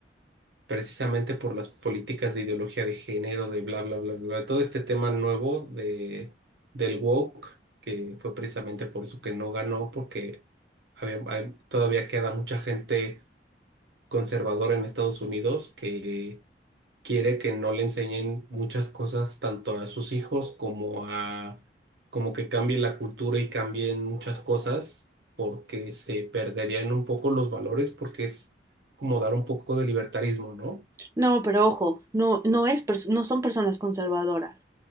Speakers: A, on the right; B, on the right.
A: precisamente por las políticas de ideología de género, de bla, bla, bla, bla, todo este tema nuevo de, del woke, que fue precisamente por eso que no ganó, porque había, hay- todavía queda mucha gente conservadora en Estados Unidos que quiere que no le enseñen muchas cosas tanto a sus hijos como a, como que cambie la cultura y cambien muchas cosas, porque se perderían un poco los valores, porque es como dar un poco de libertarismo, ¿no?
B: No, pero ojo, no, no es, pers- no son personas conservadoras,